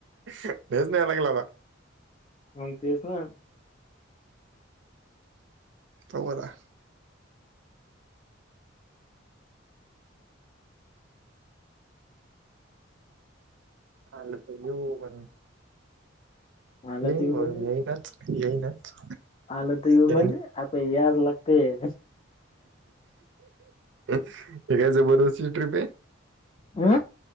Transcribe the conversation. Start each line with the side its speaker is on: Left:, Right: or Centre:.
Right: हेच न्यावं लागलं आता.
Left: आणि तेच ना.
Right: पाहू आता. आलं तर घेऊ पण.
Left: आलं
Right: येईन
Left: ते
Right: बोल.
Left: म्हणजे
Right: येईनच येईनच.
Left: आलं तर येऊ
Right: येईन.
Left: म्हणजे? आता यावच लागतय.
Right: काय जबरदस्त - तुझी ट्रिप आहे?
Left: हं?